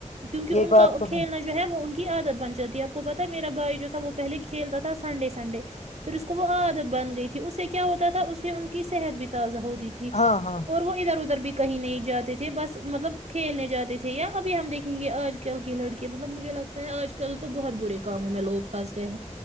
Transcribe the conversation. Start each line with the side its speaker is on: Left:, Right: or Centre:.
Right: کیونکہ
Left: یہ
Right: ان
Left: بات
Right: کا
Left: تو
Right: کھیلنا جو ہے وہ ان کی عادت بن جاتی ہے اپ کو پتا میرا بھائی جو تھا وہ پہلے کھیلتا تھا سنڈے سنڈے پھر اس کو وہ عادت بن گئی تھی اسے کیا ہوتا تھا اسے ان کی صحت بھی تازہ ہوتی تھی
Left: ہاں ہاں
Right: اور وہ ادھر ادھر بھی کہیں نہیں جاتے تھ تھے بس مطلب کھیلنے جاتے تھے یا ابھی ہم دیکھیں گے آج کل کی لڑکے مطلب مجھے لگتا ہے آج کل تو بہت برے کام ہوں میں لوگ پھنض ہیں